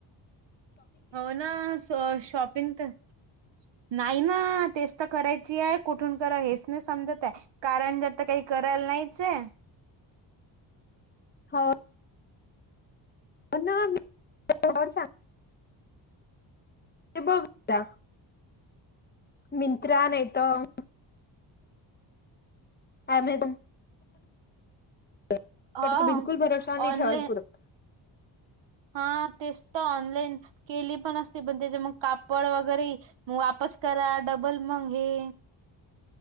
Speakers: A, on the right (about 60°); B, on the left (about 20°).
A: हो ना सो शॉपिंग तन नाही ना तेच तर करायचाय कुठून करावं हेच नाही. समजत हाय कारण जत काही करायला नाहीच हे.
B: थो. आणा मी तोड वर सांग. ते बघ मिंत्रा, मींत्रा नाही तर एमेझॉन तर
A: हा
B: बिलकुल भरोसा नाही
A: ऑनलाईन
B: ठेवाल पुूरत
A: हा तेच तर ऑनलाईन केली पण असते पण त्याच्या मग कापड वगैरे वाप <unintelligible> करा डबल मंग हे.